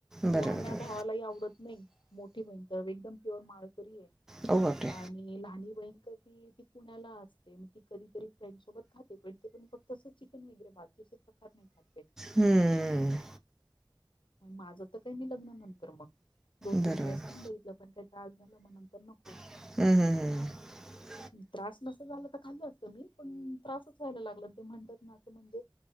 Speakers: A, in the centre; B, on the left.
A: बरं
B: लहान
A: बरं बरं.
B: भावालाही आवडत नाही, मोठी बहीण तर एकदम प्युअर माळकरी आह.
A: ओ बापरे
B: आणि लहानी बहीण कधी. ती पुण्याला असते, मग ती कधीतरी फ्रेंड सोबत खाते, पण ते पण फक्त असं चिकन वगैरे, बाकी अस प्रकार. <unintelligible>
A: हम्म.
B: माझं तर काही मी लग्ना नंतर मग, दोन,
A: बरोबर
B: तीन वेळेस खाऊन बघितलं पण काय? त्रास झाला मग नंतर नकोच.
A: हम्म, हम्म, हम्म.
B: त्रास नसता झाला तर खाल्लं असत मी, पण त्रासच व्हायला लागला, ते म्हणतात नां म्हणजे.